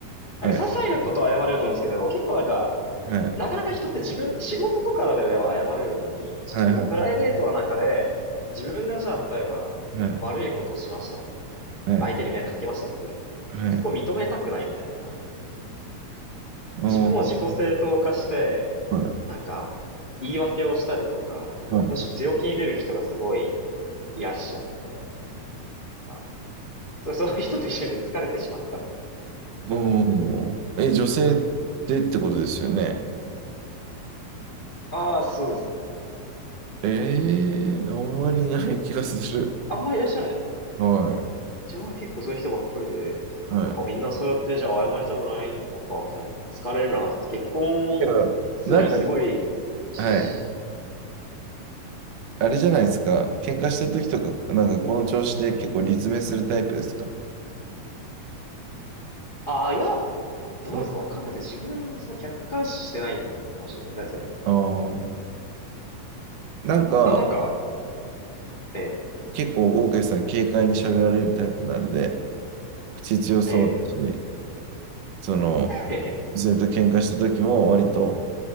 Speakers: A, on the left; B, on the right.
A: なんか些細なことは謝れると思うんですけど、
B: はい、
A: 結構なんか、
B: はい、
A: なかなか人って自分、仕事とかでは謝れるのに、
B: はい、
A: 自分のプライベートの中で、
B: はい、
A: 自分がじゃあ例えば悪いことをしました。
B: はい、はい、
A: 相手に迷惑かけましたって時に、なんかそこを認めたくないみたいな。
B: はい。おー、
A: 自分を自己正当化して、
B: はい、
A: なんか、言い訳をしたりとか、なんか、
B: はい。
A: むしろ強気に出る人がすごいいらっしゃって、なんかそう、<laughs> そういう人と一緒で疲れてしまったので、
B: おー、
A: あの、
B: え、女性でってことですよね。
A: ああ、そうですね。
B: ええあんまりない気がする。
A: あんまりいらっしゃらないですか
B: はい。
A: 自分は結構そういう人ばっかりで、
B: はい。
A: なんかみんなそうやってじゃあ謝りたくないのか、みたいな、なんか疲れるなと思って、結婚するのにすごい、
B: けど、なんか、
A: し
B: はい。あれじゃないですか。喧嘩した時とか、なんかこの調子で結構理詰めするタイプですか
A: ああ、いや、どうなんですかわかんないですね。
B: その、
A: 自分、その客観視してないかもしれないですね、そういうのと。
B: あーなんか、
A: あの、なんか、え、
B: 結構、オーケーさん軽快に喋られるタイプなんで、口強そうだし、
A: え、
B: その、
A: ええ <laughs>
B: ずっと喧嘩した時も割と、